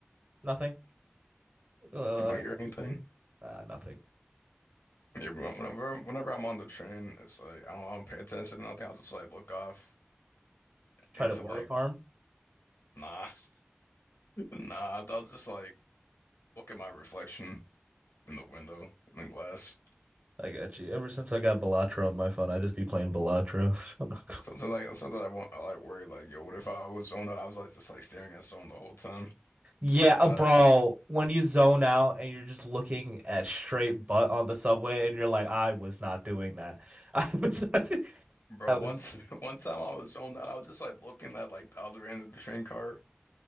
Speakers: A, on the right; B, on the left.
A: Nothing. Uh,
B: You don't
A: like,
B: hear anything?
A: uh, nothing.
B: Yeah, but whenever whenever I'm on the train, it's like I don't, I don't pay attention to nothing. I'll just like look off
A: Try
B: into
A: to aura
B: like
A: farm.
B: nah, <laughs> nah. I'll just like look at my reflection in the window in the glass.
A: I got you. Ever since I got Balatro on my phone, I just be playing Balatro. <laughs> I'm not gonna-
B: Sometimes like sometimes I want I like worry like yo, what if I was zoned out? I was like just like staring at someone the whole time.
A: Yeah,
B: But
A: uh,
B: uh,
A: bro, when you zone out and you're just looking at straight butt on the subway and you're like, I was not doing that. <laughs> I was not, <laughs>
B: bro,
A: I was,
B: once <laughs> one time I was zoned out, I was just like looking at like the other end of the train car.